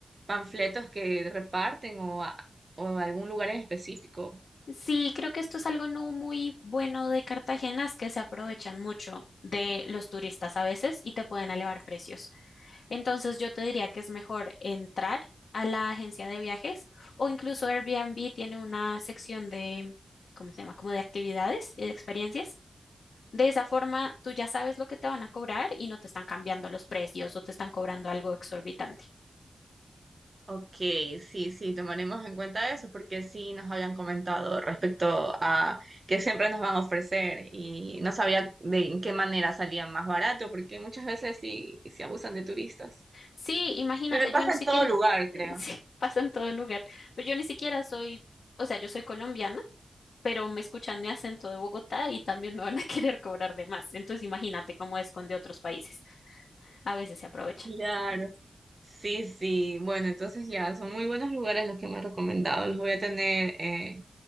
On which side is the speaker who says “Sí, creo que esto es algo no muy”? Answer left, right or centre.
Left